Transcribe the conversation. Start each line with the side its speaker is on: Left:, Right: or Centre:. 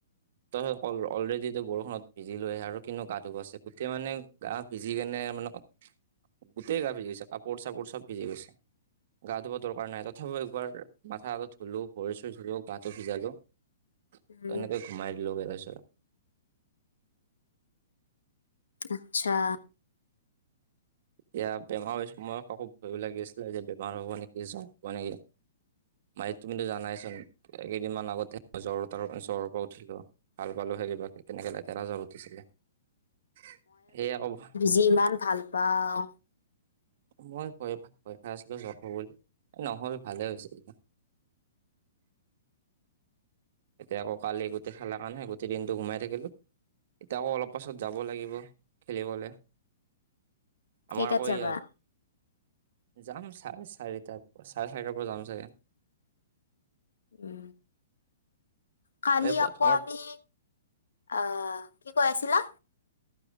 Right: ত অলৰেডি বৰষুণত ভিজিলোৱে আৰু কিনো গা ধুবছে গোটেই মানে গা ভিজি কেনে, মানে গোটেই গা ভিজি গৈছে, কাপোৰ চাপোৰ চব ভিজি গৈছে। গা ধোৱ দৰকাৰ নাই, তথাপিও একবাৰ মাথাতো ধুলো, ভৰি চৰি ধুলো গাটো ভিজালো। তেনেকে
Left: উম
Right: ঘোমাই দিলো গে তাৰপিছত।
Left: আচ্ছা।
Right: এতিয়া বেমাৰ হৈ সময়ত আকৌ ভয়ো লাগিছিলে যে বেমাৰ হ'ব নেকি জ্ব হব নেকি। ভাই তুমিটো জানাইচোন এই কেইদিনমান আগত জ্বৰ ত জ্বৰ পৰা উঠিলোঁ। ভাল পালোঁ সেই কিবাকে কেনেকে লেতেৰা জল উঠিছিলে সেয়া আকৌ
Left: যিমান ভাল পাওঁ।
Right: মই ভয় খাই আছিলোঁ আছিলোঁ জব হ'বলৈ নহ'ল ভালে হৈছিল। এতিয়া আকৌ কালি গোটেই খেলা কাৰণে গোটেই দিনটো ঘোমাই থাকিলোঁ। এতিয়া আকৌ অলপ পাছত যাব লাগিব খেলিবলৈ। আমাৰ
Left: কেইটাত
Right: আকৌ
Left: যাবা
Right: ইয়া যাম চাৰে চাৰিটাৰ পৰা চাৰে চাৰিটাৰ পৰা যাম চাগে।
Left: উ কালি
Right: এই
Left: আকৌ
Right: আমাৰ
Left: আমি অহ কি কৈ আছিলা?